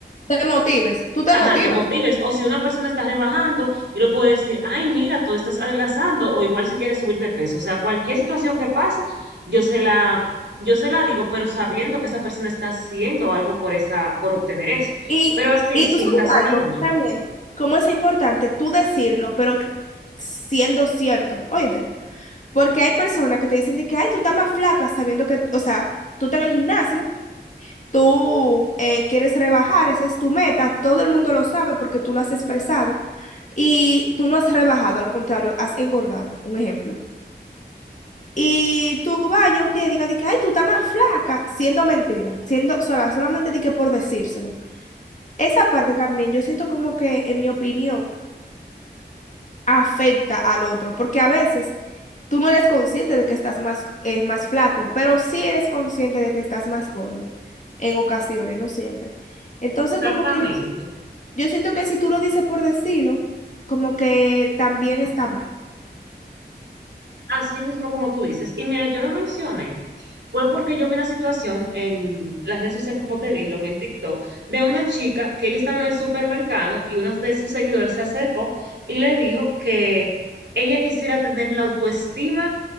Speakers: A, on the left; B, on the right.
A: Te motives, tú te
B: ajá,
A: motivas.
B: te motives. O si una persona está rebajando, yo le puedo decir, ay, mira, tú estás adelgazando, o igual si quieres subir de peso. O sea, cualquier situación que pase, yo se la, yo se la digo, pero sabiendo que esa persona está haciendo algo por esa, por obtener eso.
A: Y,
B: Pero así,
A: y
B: sin
A: tú sabes
B: razón
A: algo
B: alguna.
A: también, cómo es importante tú decirlo, pero siendo cierto, oíste, porque hay personas que te dicen de que, ay, tú estás más flaca sabiendo que, o sea, tú estás en el gimnasio, tú eh, quieres rebajar, esa es tu meta, todo el mundo lo sabe porque tú lo has expresado y tú no has rebajado, al contrario, has engordado, un ejemplo. Y tú vayas un día y digas de que, ay, tú estás más flaca, siendo mentira, siendo sola, solamente di que por decírselo. Esa parte también, yo siento como que, en mi opinión, afecta al otro, porque a veces tú no eres consciente de que estás más, eh, más flaco, pero sí eres consciente de que estás más gordo, en ocasiones, no siempre. Entonces,
B: Exactamente.
A: como que yo, si- yo siento que si tú lo dices por decirlo, como que también está mal.
B: Así mismo como tú dices. Y mira, yo lo mencioné. Fue porque yo vi una situación en las redes sociales, como te dije, lo vi en TikTok, de una chica que ella estaba en el supermercado y una de sus seguidoras se acercó y le dijo que ella quisiera tener la autoestima